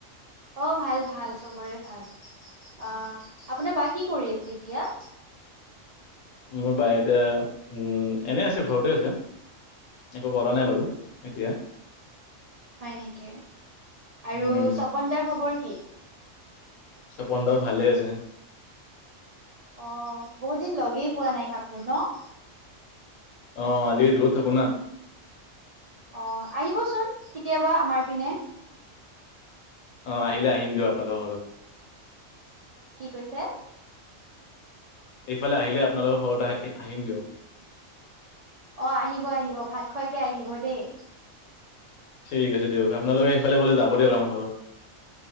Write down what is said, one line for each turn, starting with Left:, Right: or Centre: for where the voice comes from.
Right: অ' ভাল ভাল, চবৰে ভাল। আ, আপোনাৰ বা কি কৰি আছে এতিয়া?
Left: মোৰ বাই এতিয়া উ, এনে আছে ঘৰতে আছে। একো কৰা নাই বাৰু এতিয়া।
Right: হয় নেকি আৰু
Left: উম,
Right: ছপন দাৰ খবৰ কি?
Left: ছপন দা ভালে আছে।
Right: অ' বহুত দিন লগেই পোৱা নাই কাকোঁ ন'?
Left: অ' আজি দূৰত থাকোঁ না।
Right: অ' আহিবচোন কেতিয়াবা আমাৰ পিনে।
Left: অ' আহিলে আহিম দিয়ক আপোনালোকৰ ঘৰত।
Right: কি কৈছে?
Left: এইফালে আহিলে আপোনালোকৰ ঘৰত আ, আহিম দিয়ক।
Right: অ' আহিব আহিব, ভাত খোৱাকে আহিব দেই।
Left: ঠিক আছে দিয়ক। আপোনালোকে এইফালে গ'লে যাব দিয়ক আমাৰ ঘৰত।